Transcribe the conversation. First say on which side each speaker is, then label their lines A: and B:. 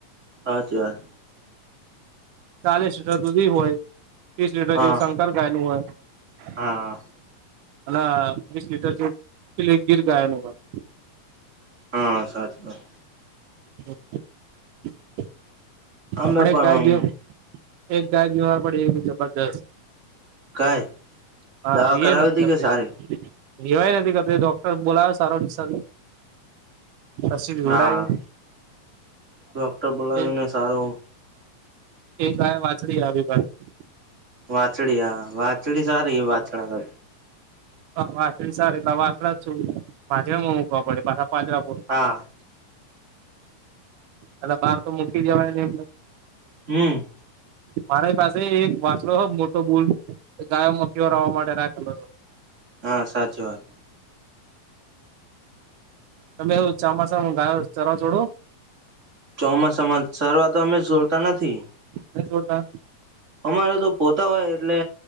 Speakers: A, on the right (about 35°); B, on the right (about 75°).
A: હાચી વાત.
B: ચાલીસ લીટર દૂધી હોય ત્રીસ લીટર
A: હા
B: જેવું શંકર ગાય નું હોય.
A: હા.
B: અન વીસ લીટર જેવું પેલી ગીર ગાયનું હોય.
A: હા સાચી વાત.
B: <unintelligible>
A: અમે
B: આપડે એક
A: પણ
B: ગાય બીય એક ગાય બીમાર પડી એ જબરજસ્ત.
A: કાય
B: હા
A: દવા
B: બી
A: કરાવી
B: એ નથી
A: હતી
B: કરતી.
A: કે સારી
B: દેવાય નથી કરતી ડોક્ટર બોલાયો સારો દિસા પછી વિવડાય
A: હા ડોક્ટર બોલાવીને
B: એ
A: સારો
B: એક ગાય વાંછડી આવી પાછી.
A: વાછડી હ વાછડી સારી વાછડા કર
B: હા વાછડી સારી એટ વાસડા છું પાજરામાં મુકવા પડે પાછા પાંજરા
A: હા.
B: અટલ બાર તો મૂકી દેવાય નઈ એમન.
A: હમ.
B: મારી પાસે એક વાંછડો હ મોટો બૂલ. ગાય મુખીવર હવા માટેે રાખેલો હે.
A: હા સાચી વાત.
B: તમે એવુ ચોમાસામાં ગાય ચરવા છોડો.
A: ચોમાસામાં સરવા તો અમે સોડતા નથી.
B: નથી છોડતા.
A: અમારે તો પોતા હોય એટલે